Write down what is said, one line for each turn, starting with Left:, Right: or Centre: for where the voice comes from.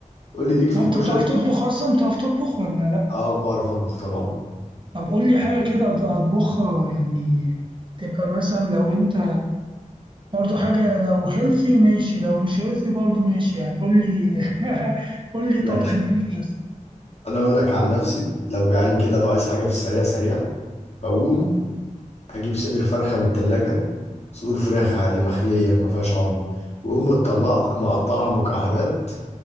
Left: قول لي ليك في
Right: آه،
Left: الكشري
Right: انت بتعرف تطبخ اصلا بتعرف تطبخ ولا لا
Left: اه بعرف اطبخ طبعا
Right: طب قول لي حاجه كده أط- اطبخها يعني تبقى مثلا لو انت برضو حاجه لو هيلثي ماشي لو مش هيلثي برضو ماشي يعني قول لي <laughs> قول لي طبختين
Left: ماشي
Right: بس.
Left: انا اقول لك عن نفسي لو جعان كده وعايز حاجه في السريع سريع بقوم اجيب صدر فرخه من التلاجة صدور فراخ عادي مخليه ما فيهاش عظم واقوم مطلع مقطعها مكعبات